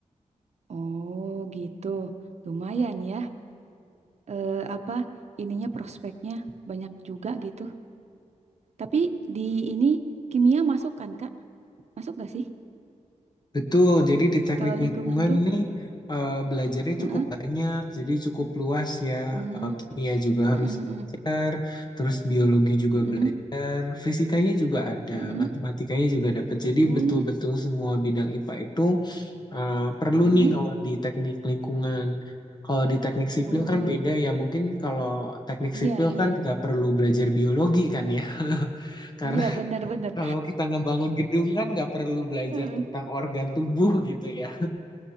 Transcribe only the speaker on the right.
Oh, gitu. Lumayan ya. eh, apa ininya prospeknya banyak juga gitu. Tapi di ini kimia masuk kan Kak? Masuk gak sih?
Kalau lingkungan
tuh?
Heeh.
Hmm.
Mm-mm,
mm-mm,
mm-mm,
mm-mm.
Uh, mm-mm.
Oh,
mm, mm.
Oh,
iya
iya.
Iya benar-benar.
Heeh.